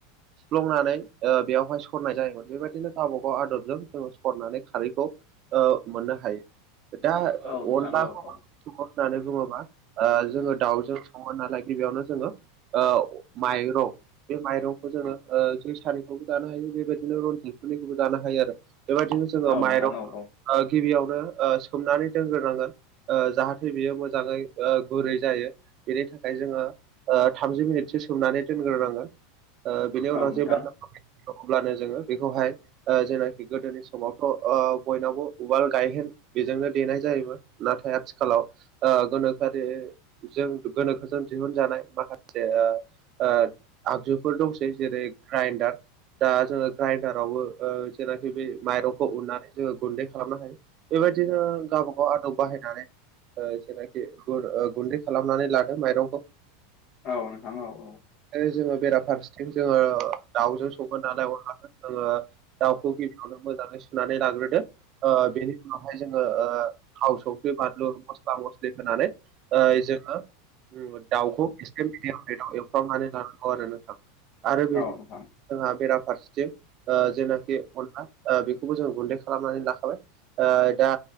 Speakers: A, on the right; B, on the left.
A: सुफ्लंनानै ओ बेवहाय सरनाय जायोमोन बेबायदिनो गावबागाव आदबजों जोङो सरनानै खारैखौ ओ मोननो हायो। दा अनलाखौ
B: औ नोंथां औ
A: संङो
B: औ
A: होननानै बुङोबा ओ जोङो दाउजों सङो नालाय गिबियावनो जोङो ओ माइरं बे माइरंखौ जोङो ओ खारै खौबो जानो हायो बेबायदिनो रनजितफोरनिखौबो जानो हायो आरो बेबायदिनो जोङो
B: औ
A: माइरं
B: नोंथां औ औ
A: ओ गिबियावनो ओ सोमनानै दोनगोर नांगोन ओ जाहाथे बेयो मोजाङै ओ गुरै जायो बेनि थाखाय जोङो ओ थामजि मिनिटसो सोमनानै दोनगोर नांगोन ओ बिनि उनाव
B: औ
A: जेब्ला
B: नोंथां
A: अब्लानो जोङो बेखौहाय ओ जेनाखि गोदोनि समावथ' ओ बयनावबो उवाल-गायहेन बेजोंनो देनाय जायोमोन। नाथाय आथिखालाव ओ गोनोखोआरि जों गोनोखोजों दिहुनजानाय माखासे ओ ओ आगजुफोर दंसै जेरै ग्राइडार दा जोङो ग्राइडारावबो ओ जेनाखि बे माइरंखौ उननानै जोङो गुन्दै खालामनो हायो बेबायदिनो गावबा गाव आदब बाहायनानै ओ जेनाखि खुरै ओ गुन्दै खालामनानै लादो माइरंखौ।
B: औ नोंथां औ औ
A: ओ जोङो बेराफारसेथिं जोङो दाउजों संगोन नालाय अनलाखौ जोङो दाउखौ गिबियावनो मोजाङै सुनानै लाग्रोदो। ओ बेनि उनावहाय जोङो ओ थाव संख्रि बानलु मस्ला मस्लि होनानै ओ जोङो उम दाउखौ एसे मिदियाम फ्लेदाव एव फ्रामनानै लानांगौ आरो नोंथां आरो बेनो
B: औ नोंथां औ
A: जोंहा बेराफारसेथिं ओ जेनाखि अनला ओ बेखौबो जों गुन्दै खालामनानै लाखाबाय। ओ दा